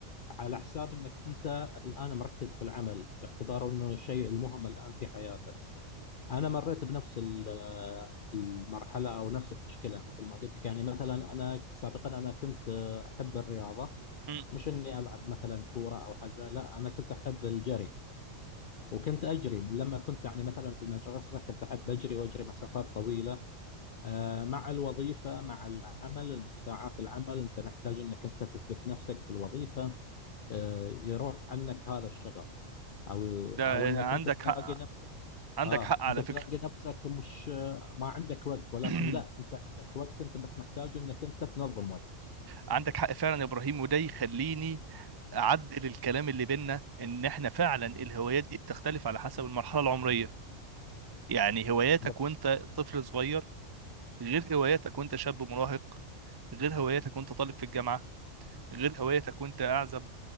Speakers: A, on the left (about 60°); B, on the right (about 35°).
A: على حساب أنك أنت الآن مركز في العمل باعتباره أنه الشيء المهم الآن في حياتك انا مريت بنفس ال- المرحله او نفس المشكله مثل ما قلت لك يعني مثلا انا سابقا انا كنت احب الرياضه
B: امم
A: مش اني العب مثلا كوره او حاجه لا انا كنت احب الجري مثلا وكنت اجري من لما كنت يعني مثلا في المدرسه كنت احب اجري واجري مسافات طويله آه، مع الوظيفه مع العمل ساعات العمل انت محتاج انك انت تثبت نفسك في الوظيفه آه، يروح عنك هذا الشغف او
B: ده
A: او انك
B: عندك
A: انت تلاقي
B: حق
A: نفسك
B: عندك
A: اه
B: حق على
A: انت تلاقي
B: فكره
A: نفسك مش ما عندك وقت ولكن
B: <clears throat>
A: لا انت عندك وقت انت بس محتاج انك انت تنظم وقتك
B: عندك حق فعلا يا ابراهيم وده يخليني اعدل الكلام اللي بينا ان احنا فعلا الهوايات دي بتختلف على حسب المرحله العمريه يعني هواياتك
A: بالضبط
B: وانت طفل صغير غير هواياتك وانت شاب مراهق غير هواياتك وانت طالب في الجامعة غير هواياتك وانت أعزب